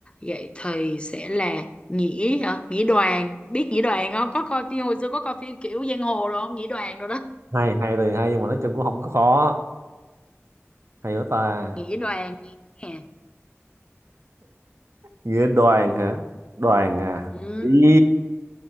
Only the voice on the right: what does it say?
hay hay thì hay nhưng mà nói chung cũng không có khó. Hay quá ta.
Nghĩa đoàn hả? Đoàn à.
Ý,